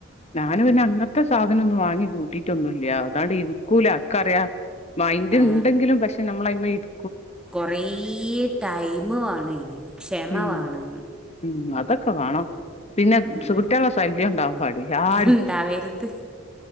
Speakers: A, on the left; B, in the centre.
A: ഞാന് പിന്നെ അങ്ങനത്തെ സാധനവൊന്നും വാങ്ങിക്കൂട്ടിട്ടൊന്നുല്ല അതാണ്ട് ഇരിക്കൂല എക്കറിയാം മൈന്റ്
B: ആ
A: ഉണ്ടെങ്കിലും പക്ഷെ നമ്മള് അയ്മേൽ ഇരി
B: കൊറേ ടൈമ് വേണം അയ്ന് ക്ഷമ
A: ഉം
B: വേണം
A: ഉം അതൊക്കെ വേണം പിന്നെ
B: ഉം
A: സുഹൃത്തുക്കളുടെ ശല്യം ഉണ്ടാവാൻ പാടില്ല ആരും
B: ഉണ്ടാവരുത്